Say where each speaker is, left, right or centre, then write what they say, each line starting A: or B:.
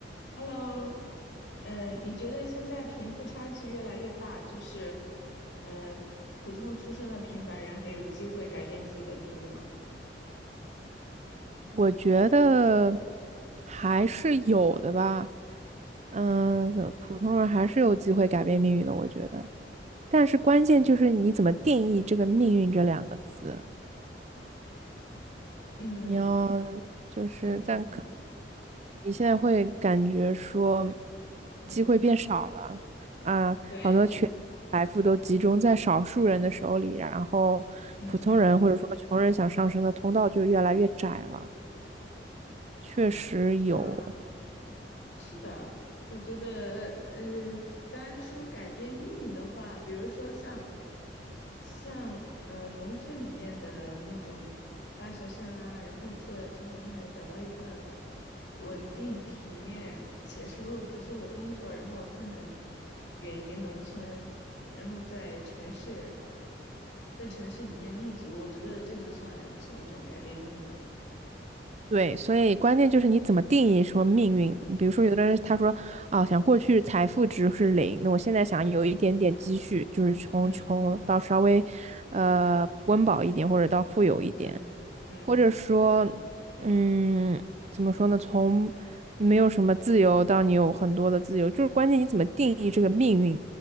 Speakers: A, on the left; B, on the right.
A: Hello，嗯，你觉得现在贫富差距越来越大，就是嗯，呃普通出身的平凡人还有机会改变自己的命运吗？
B: 我觉得还是有的吧。嗯，
A: 嗯
B: 怎么普通人还是有机会改变命运的，我觉得。但是关键就是你怎么定义这个“命运”这两个字。
A: 嗯
B: 你要就是，
A: 嗯
B: 但可能你现在会感觉说
A: 嗯，
B: 机会变少了啊，
A: 对，
B: 好多权力财富都集中在少数人的手里，然后普通人或者说穷人想上升的通道就越来越窄了。
A: 嗯
B: 确实有。
A: 嗯。是的，我觉得，呃，单说改变命运的话，比如说像，像，呃，农村里面的那种大学生啊，然后出来之后，他能找到一份稳定、体面且收入不错的工作，然后他能远离农村，然后在城市，在城市里面立足，我觉得这就算是一种改变命运。
B: 对，所以关键就是你怎么定义说命运。
A: 嗯嗯
B: 比如说，有的人他说啊，想过去财富值是零，那我现在想有一点点积蓄，就是从穷到稍微呃温饱一点，
A: 嗯
B: 或者到富有一点。
A: 嗯嗯。
B: 或者说，嗯，怎么说呢？从你没有什么自由到你有很多的自由，就是关键你怎么定义这个命运，